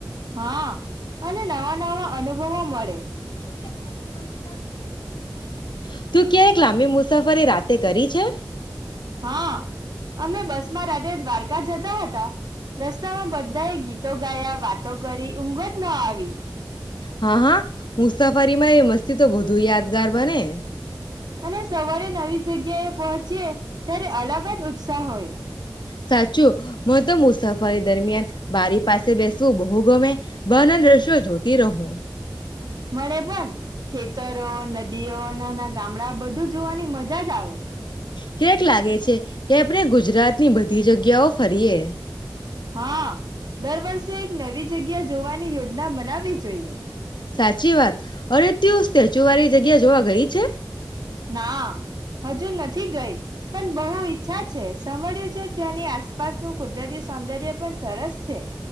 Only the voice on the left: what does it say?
એટલે આસ્મવિશ્વાસ પણ વધે છે, તું ક્યારેક લાંબી મુસાફરી રાતે કરી છે.
હા-હા મુસાફરી માં એ મસ્તી તો બધુ યાદગાર બને.
સાચું મુ તો મુસાફરી દરમિયાન બારી પાસે બેસવું બહુ ગમે બહારના દ્રશ્યો જોતી રહું
કયારેક લાગે છે કે આપણે ગુજરાતની બધી જગ્યાઓ ફરીયે.
સાચી વાત અરે તેઓ જુવારી જગ્યા જોવા ગઈ છે.